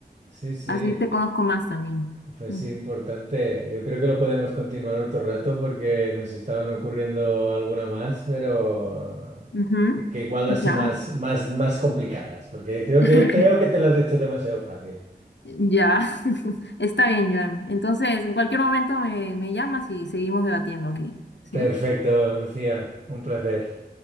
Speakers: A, on the right; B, on the left.
A: sí, sí.
B: Así te conozco más también.
A: Pues
B: Mm.
A: sí, importante. Yo creo que lo podemos continuar otro rato porque me se estaban ocurriendo alguna más, pero
B: Ujú,
A: que, que igual
B: Ya,
A: así más, más, más complicadas, porque creo
B: <laughs>
A: que, creo que te las has hecho demasiado fácil.
B: ya. <laughs> Está bien, Joan. Entonces, en cualquier momento me, me llamas y seguimos debatiendo aquí, ¿sí?
A: Perfecto, Lucía. Un placer.